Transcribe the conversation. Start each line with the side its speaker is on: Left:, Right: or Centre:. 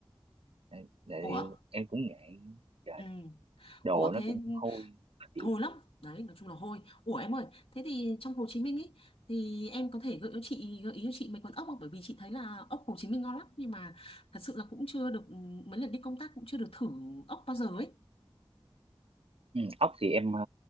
Right: Tại tại
Left: Ủa,
Right: vì em cũng ngại trời
Left: ừ.
Right: đất, đồ
Left: Ủa
Right: nó
Left: thế
Right: cũng hôi khó chịu
Left: hôi lắm đấy nói chung là hôi ủa em ơi thế thì trong Hồ Chí Minh ý thì em có thể gợi cho chị gợi ý cho chị mấy quán ốc không bởi vì chị thấy là ốc Hồ Chí Minh ngon lắm nhưng mà thật sự là cũng chưa được mấy lần đi công tác cũng chưa được thử ốc bao giờ ấy
Right: ừ, ốc thì em ờ,